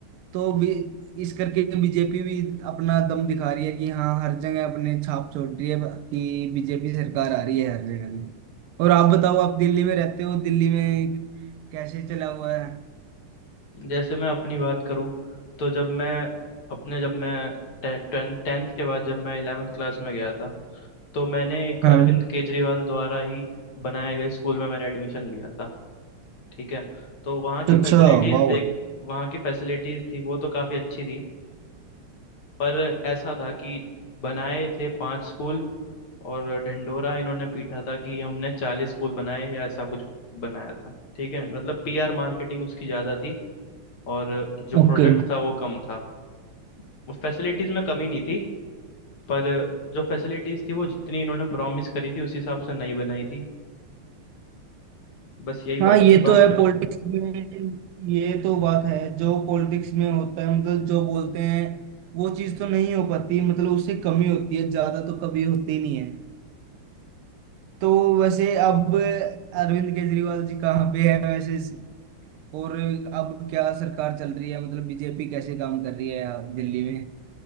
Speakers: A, on the right; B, on the left.
A: तो भी इस करके बीजेपी भी अपना दम दिखा रही है कि हाँ हर जगह अपने छाप छोड़ रही है कि बीजेपी सरकार आ रही है हर जगह में और आप बताओ आप दिल्ली में रहते हो दिल्ली में कैसे चला हुआ है
B: जैसे मैं अपनी बात करूँ तो जब मैं अपने जब मैं टेंथ टेंथ के बाद जब मैं इलेवेंथ क्लास में गया था तो मैंने एक
A: हाँ
B: अरविंद केजरीवाल द्वारा ही बनाए गए स्कूल में मैंने एडमिशन लिया था ठीक है तो वहाँ की फैसिलिटीज
A: अच्छा वाह
B: देख वहाँ की फैसिलिटीज थी वो तो काफ़ी अच्छी थी पर ऐसा था कि बनाए थे पांच स्कूल और ढिंढोरा इन्होंने पीटा था कि हमने चालीस स्कूल बनाए या ऐसा कुछ बनाया था ठीक है मतलब पीआर मार्केटिंग उसकी ज़्यादा थी और जो प्रोडक्ट
A: ओके
B: था वो कम था उस फैसिलिटीज़ में कमी नहीं थी पर जो फैसिलिटीज़ थी वो जितनी इन्होंने प्रॉमिस करी थी उस हिसाब से नहीं बनाई थी बस यही
A: हाँ
B: बात
A: ये
B: थी
A: तो
B: बाकी
A: है पॉलिटिक्स में ये तो बात है जो पॉलिटिक्स में होता है मतलब जो बोलते हैं वो चीज तो नहीं हो पाती मतलब उससे कमी होती है ज्यादा तो कभी होती नहीं है तो वैसे अब अरविंद केजरीवाल जी कहाँ पे है वैसे और अब क्या सरकार चल रही है मतलब बीजेपी कैसे काम कर रही है यहाँ दिल्ली